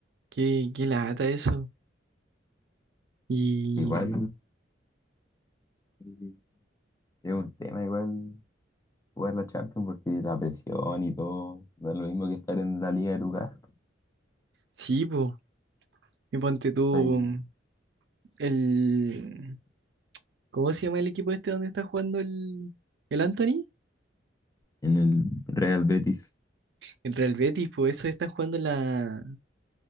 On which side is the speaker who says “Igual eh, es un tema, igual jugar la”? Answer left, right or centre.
Left